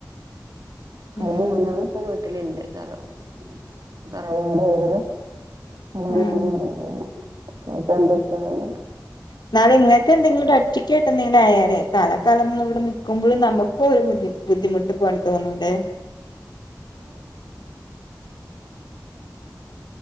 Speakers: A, on the right; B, on the left.
A: <unintelligible>
B: ഉം
A: <unintelligible>
B: ആഹ് എന്നാ നിങ്ങൾക്ക് എന്തെങ്കിലും ഒരു ഒറ്റിക്ക് കിട്ടുന്നയെലും ആയേനെ തലക്കാലംന്ന് ഇവിടെ നിൽക്കുമ്പോഴും നമ്മ് -- നമുക്കൊരു ബുദ്ധി ബുദ്ധിമുട്ട് പോണ തോന്നല്ലേ
A: <unintelligible> <unintelligible>